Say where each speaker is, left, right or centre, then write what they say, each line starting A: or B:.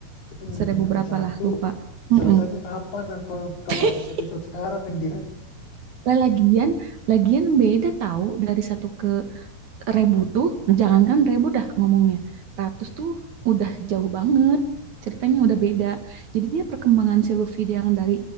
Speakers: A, on the left (about 75°); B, on the right (about 55°).
A: Itu ngikutin
B: seribu
A: dari
B: berapa
A: satu,
B: lah, lupa. Mm-mm.
A: selesainya kapan? Nah, kalau kalau
B: <laughs>
A: sampai episode sekarang anjir.
B: Lah, lagian, lagian beda tahu dari satu ke Rebu tuh, jangankan Rebu dah ngomongnya. Ratus tuh udah jauh banget. Ceritanya udah beda. Jadi dia perkembangan si Luffy dia yang dari